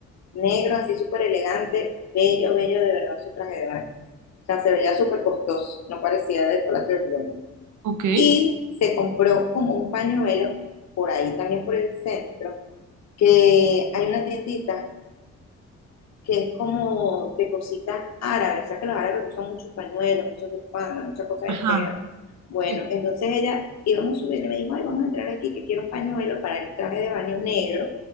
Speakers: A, on the left (about 60°); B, on the right (about 75°).
A: Negro, así súper elegante, bello, bello de verdad su traje de baño. O sea, se veía súper costoso, no parecía del Palacio del Blumen.
B: Ok.
A: y se compró como un pañuelo por ahí también por el centro, que hay una tiendita que es como de cositas árabes, o sea que los árabes usan muchos pañuelos, muchas bufandas, muchas cosas
B: Ajá.
A: de seda. Bueno,
B: Sí,
A: entonces ella íbamos subiendo y me dijo, ay, vamos a entrar aquí que quiero un pañuelo para el traje de baño negro,